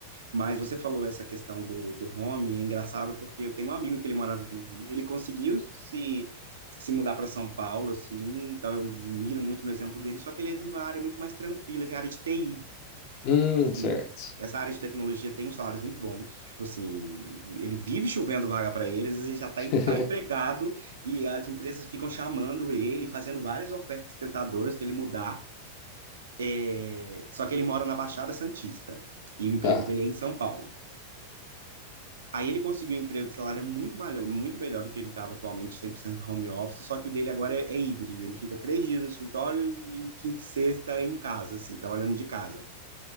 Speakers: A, on the right (about 65°); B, on the left (about 45°).
A: Mas você falou essa questão do, do home, é engraçado porque eu tenho um amigo que ele morava aqui no Rio, ele conseguiu se, se mudar para São Paulo, assim, então eu miro muito no exemplo dele, só que ele é de uma área muito mais tranquila, que é a área de TI.
B: Hum,
A: Assim,
B: certo.
A: essa área de tecnologia tem uns salários muito bons. Tipo assim, ele vive chovendo vaga para ele, às vezes ele já está
B: <laughs>
A: tá empregado e as empresas ficam chamando ele, fazendo várias ofertas tentadoras para ele mudar. É, Só que ele mora na Baixada Santista e o emprego
B: Tá.
A: dele é em São Paulo. Aí ele conseguiu um emprego que o salário é muito melhor, muito melhor do que ele estava atualmente, 100% home office, só que o dele agora é, é híbrido. Ele fica três dias no escritório e quinta e sexta em casa, assim, trabalhando de casa.